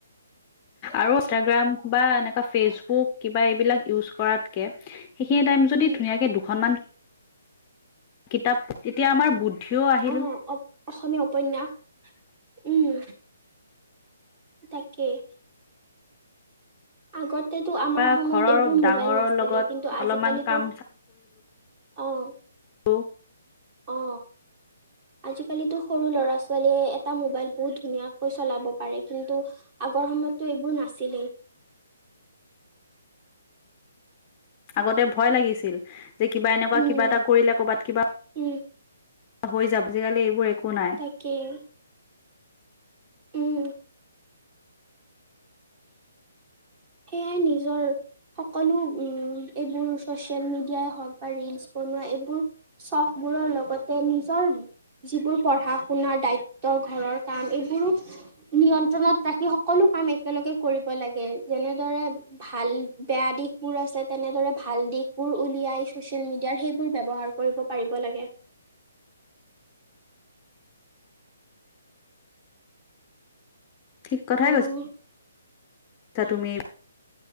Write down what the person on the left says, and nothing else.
আৰু ইনষ্টাগ্ৰাম বা এনেকুৱা ফেচবুক কিবা এইবিলাক ইউজ কৰাতকে সেইখিনি টাইম
যদি ধুনীয়াকৈ দুখনমান কিতাপ তেতিয়া আমাৰ বুদ্ধিও আহিল।
বা
ঘৰৰ
ডাঙৰৰ
লগত
অলপমান কাম
অ'।
আগতে ভয় লাগিছিল যে কিবা এনেকুৱা
কিবা এটা কৰিলে কৰ'বাত কিবা
হৈ যাবজিকালি এইবোৰ একো নাই।
ঠিক কথাই
কৈছ অহ তুমি